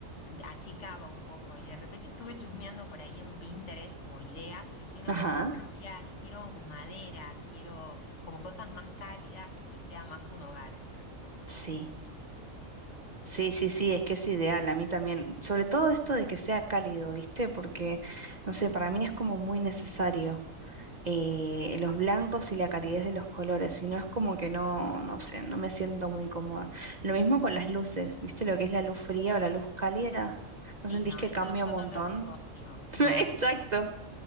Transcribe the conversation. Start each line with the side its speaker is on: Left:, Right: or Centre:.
Left: achicaba un poco y de repente estuve chusmeando por ahí en Pinterest como ideas y dije, no,
Right: Ajá,
Left: quiero cambiar y quiero madera, quiero como cosas más cálidas y que sea más un hogar.
Right: sí. Sí, sí, sí, es que es ideal, a mí también. Sobre todo esto de que sea cálido, ¿viste? Porque, no sé, para mí es como muy necesario eh, los blancos y la calidez de los colores, si no es como que no, no sé, no me siento muy cómoda. Lo mismo con las luces, ¿viste? Lo que es la luz fría o la luz cálida, ¿no
Left: Sí,
Right: sentís
Left: no,
Right: que
Left: eso
Right: cambia
Left: yo
Right: un montón?
Left: no lo negocio.
Right: <laughs>
Left: No,
Right: Exacto.
Left: no, no.